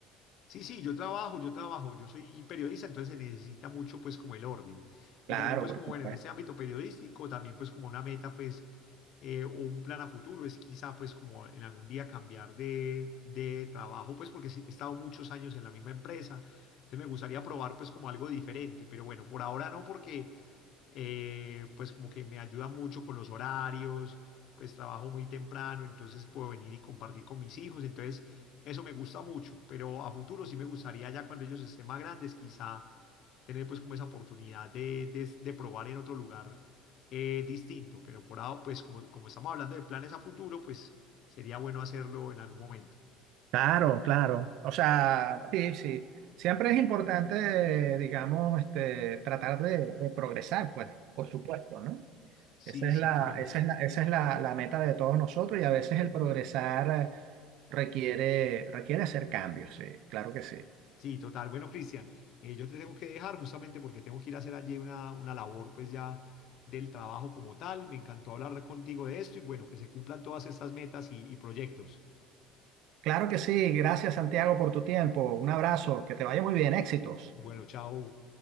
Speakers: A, on the left; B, on the right.
A: Sí, sí, yo trabajo, yo trabajo, yo soy periodista, entonces se necesita mucho pues como el orden.
B: Claro,
A: Y también pues
B: por
A: como
B: supuesto.
A: bueno, en este ámbito periodístico, también pues como una meta pues eh, o un plan a futuro es quizá pues como en algún día cambiar de, de trabajo, pues porque sí, he estado muchos años en la misma empresa, entonces me gustaría probar pues como algo diferente, pero bueno, por ahora no porque eh, pues como que me ayuda mucho con los horarios, pues trabajo muy temprano, entonces puedo venir y compartir con mis hijos, entonces eso me gusta mucho, pero a futuro sí me gustaría ya cuando ellos estén más grandes, quizá tener pues como esa oportunidad de, de- de probar en otro lugar eh, distinto, pero por ahora pues como, como estamos hablando de planes a futuro, pues sería bueno hacerlo en algún momento.
B: Claro, claro. O sea, sí, sí. Siempre es importante, digamos, este, tratar de, de progresar, pues, por supuesto, ¿no?
A: Sí,
B: Esa es
A: sí,
B: la,
A: claro que
B: esa
A: sí.
B: es la, esa es la, la meta de todos nosotros y a veces el progresar eh, requiere, requiere hacer cambios, sí, claro que sí.
A: Sí, total. Bueno, Cristian, eh, yo te tengo que dejar justamente porque tengo que ir a hacer allí una, una labor pues ya del trabajo como tal. Me encantó hablar contigo de esto y bueno, que se cumplan todas estas metas y y proyectos.
B: Claro que sí, gracias Santiago por tu tiempo, un abrazo, que te vaya muy bien, éxitos.
A: Bueno, chao.